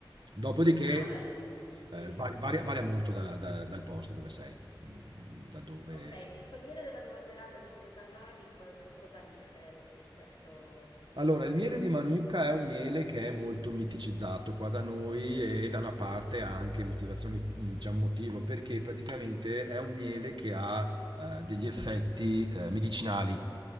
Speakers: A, on the right; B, on the left.
A: Dopodiché
B: No, vabbè, dai. Dimmi,
A: eh, vari-
B: dimmi.
A: varia, varia molto dalla- da- dal posto dove sei, mm, da dove
B: Ok, e quel miele della Nuova Zelanda di cui mi parlavi, qual- co- cos'ha di differente rispetto...
A: Allora, il miele di Manuka è un miele che è molto miticizzato qua da noi e da una parte ha anche motivazioni, mh, c'è un motivo perché praticamente è un miele che ha eh, degli effetti eh, medicinali.